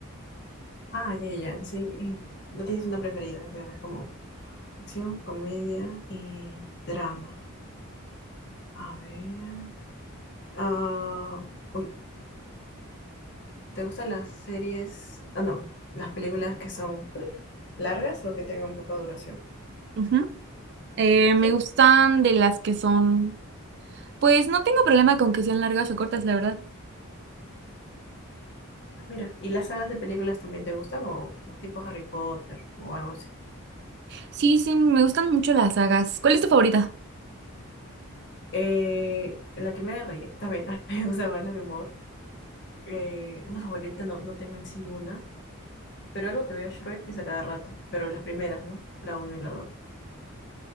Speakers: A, on the left (about 50°); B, on the right (about 50°).
A: Ah, ya, ya, ya, sí. y No tienes una preferida, o sea, es como acción, comedia y drama. A ver. Ah, uy, ¿te gustan las series? Ah, no, las películas que son largas o que tengan poca duración.
B: Ujú. Eh, me
A: ¿Sí?
B: gustan de las que son, pues no tengo problema con que sean largas o cortas, la verdad.
A: Ah, mira, ¿y las sagas de películas también te gustan o, o tipo Harry Potter o algo así?
B: Sí, sí, me gustan mucho las sagas. ¿Cuál es tu favorita?
A: Eh, la que me haga reír, también <laughs> a mí me gusta más la de humor. Eh, una favorita no, no tengo en sí una, pero algo que veo Shrek es a cada rato, pero las primeras, ¿no? La uno y la dos